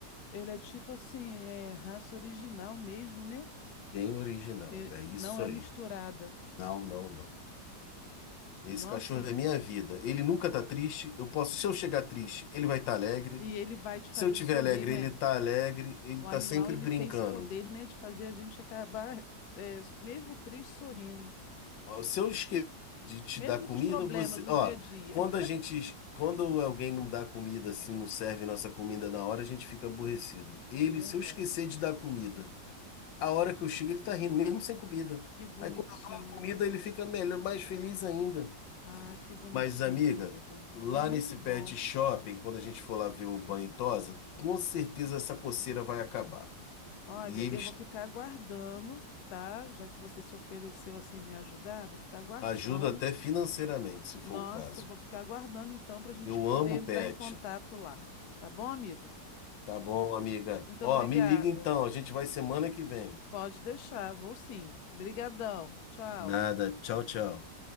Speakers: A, on the left (about 65°); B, on the left (about 85°).
A: Ele é tipo assim, é raça original mesmo, né?
B: bem original,
A: Que
B: é isso
A: não é
B: aí.
A: misturada.
B: Não, não, não. Esse
A: Nossa,
B: cachorro é minha vida. Ele nunca tá triste. Eu posso, se eu chegar triste, ele vai estar alegre.
A: e ele vai te fazer
B: Se eu tiver
A: sorrir,
B: alegre,
A: né?
B: ele tá alegre. Ele
A: O
B: tá
A: animal,
B: sempre
A: ele
B: brincando.
A: tem esse poder, né, de fazer a gente acabar, é, mesmo triste, sorrindo.
B: ó, se eu esquecer de te
A: Mesmo
B: dar comida,
A: com os problemas
B: você,
A: do
B: ó,
A: dia a dia.
B: quando a gente, quando alguém não dá comida assim, não serve nossa comida na hora, a gente fica aborrecido. Ele,
A: <laughs> Verdade.
B: se eu esquecer de dar comida, a hora que eu chego ele tá rindo, mesmo sem comida.
A: Que bonitinho,
B: Aí quando eu dou a comida,
A: né?
B: ele fica melhor, mais feliz ainda.
A: Ah, que bonitinho,
B: Mas amiga,
A: amigo.
B: lá
A: Foi muito
B: nesse
A: bom.
B: pet shopping, quando a gente for lá ver o banho e tosa, com certeza essa coceira vai acabar.
A: Olha,
B: E eles
A: eu vou ficar aguardando, tá? Já que você se ofereceu assim me ajudar, vou ficar aguardando
B: ajudam até financeiramente, se
A: Nossa,
B: for o caso.
A: eu vou ficar aguardando então para a gente
B: Eu
A: poder
B: amo
A: entrar
B: pet.
A: em contato lá. Tá bom, amigo?
B: Tá bom, amiga.
A: Muito
B: Ó,
A: obrigada.
B: me liga então, a gente vai semana que vem.
A: Pode deixar, vou sim. Brigadão. Tchau.
B: Nada. Tchau, tchau.